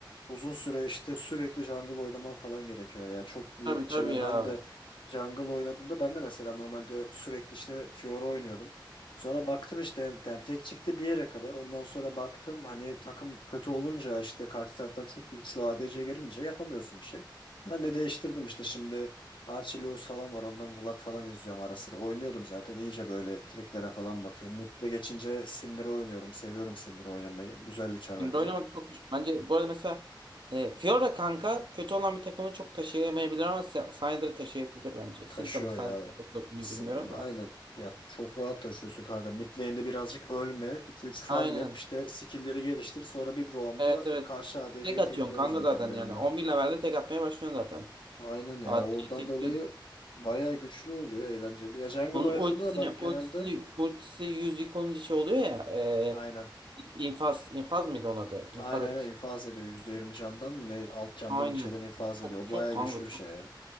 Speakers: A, on the left; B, on the right.
A: uzun süre işte sürekli jungle oynaman falan gerekiyor ya. Çok büyük
B: Tabii
A: bir
B: tabii
A: şey var.
B: ya.
A: Ben de jungle oynadığımda ben de mesela normalde sürekli işte Fiora oynuyordum. Sonra baktım işte yani tek çifte bir yere kadar. Ondan sonra baktım hani takım kötü olunca işte karşı taraftan çok güçlü ADC gelince yapamıyorsun bir şey. Ben de değiştirdim işte şimdi Archie Lewis falan var. Ondan Vlad falan izliyorum ara sıra. Oynuyordum zaten. İyice böyle triklere falan bakıyorum. Mid'de geçince Syndra oynuyorum. Seviyorum Syndra oynamayı. Güzel bir çar bence.
B: Şimdi oynamak çok güçlü. Bence bu arada mesela e, Fiora kanka kötü olan bir takımı çok taşıyamayabilir ama Sy- Syndra taşıyabilir bence.
A: Taşıyor
B: Syndra mı Syndra
A: ya.
B: mı dokunuyor
A: Sin-
B: bilmiyorum da.
A: Aynen. Ya çok rahat taşıyorsun kanka. Mid lane'de birazcık ölme. iki üç farm
B: Aynen.
A: yap. İşte skill'leri geliştir. Sonra bir roam'da
B: Evet evet.
A: karşı ADC'yi
B: Tek atıyorsun
A: tekliyor
B: kanka
A: zaten
B: zaten
A: bir
B: yani.
A: anda.
B: 11 levelde tek atmaya başlıyorsun zaten.
A: Aynen ya.
B: AD'yi
A: Oradan
B: tekliyorsun.
A: dolayı bayağı güçlü oluyor. Eğlenceli. Ya jungle
B: Onun
A: oynadığımda
B: ultisini
A: da ben genelde
B: ultisini ultisi 100 yık olunca şey oluyor ya. E,
A: Aynen.
B: infaz infaz mıydı onun adı? İnfaz
A: Aynen
B: etkisi.
A: aynen infaz ediyor. yüzde yirmi candan mı ne alt candan
B: Aynen.
A: bir şeyden infaz
B: Çok
A: ediyor. O
B: çok
A: bayağı
B: kanka
A: güçlü bir
B: çok
A: şey ya.